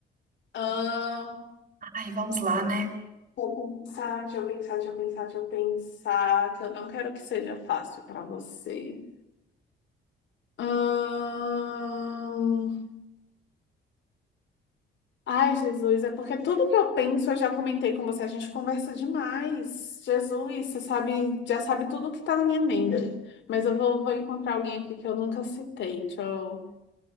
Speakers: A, on the left (about 65°); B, on the right (about 40°).
A: Ah,
B: Ai, vamos lá, né?
A: vou pensar, deixa eu pensar, deixa eu pensar, deixa eu pensar, que eu não quero que seja fácil para você. Ahn, Ai, Jesus, é porque tudo que eu penso eu já comentei com você, a gente conversa demais. Jesus, você sabe, já sabe tudo que tá na minha mente. Mas eu vou, vou encontrar alguém aqui que eu nunca citei. Deixa eu